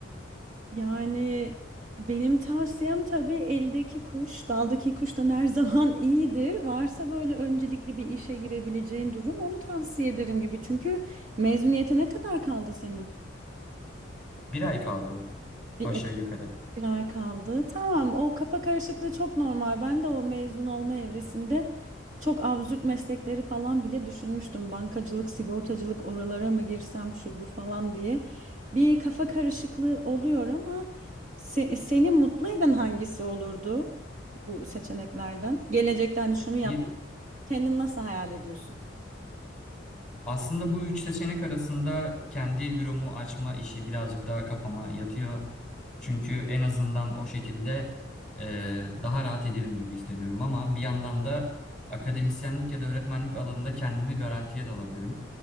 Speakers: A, on the right (about 40°); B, in the centre.
A: Yani benim tavsiyem tabii eldeki kuş, daldaki kuştan her zaman <laughs> iyidir. Varsa böyle öncelikli bir işe girebileceğin durum onu tavsiye ederim gibi. Çünkü mezuniyete ne kadar kaldı senin?
B: Bir ay kaldı
A: Bir
B: aşağı yukarı.
A: Bir ay kaldı. Tamam, o kafa karışıklığı çok normal. Ben de o mezun olma evresinde çok absürt meslekleri falan bile düşünmüştüm. Bankacılık, sigortacılık oralara mı girsem şu bu falan diye. Bir kafa karışıklığı oluyor ama se- seni mutlu eden hangisi olurdu bu seçeneklerden? Gelecekten şunu yap.
B: Y-
A: Kendini nasıl hayal ediyorsun?
B: Aslında bu üç seçenek arasında kendi büromu açma işi birazcık daha kafama yatıyor. Çünkü en azından o şekilde e, daha rahat ederim gibi hissediyorum ama bir yandan da akademisyenlik ya da öğretmenlik alanında kendimi garantiye de alabilirim.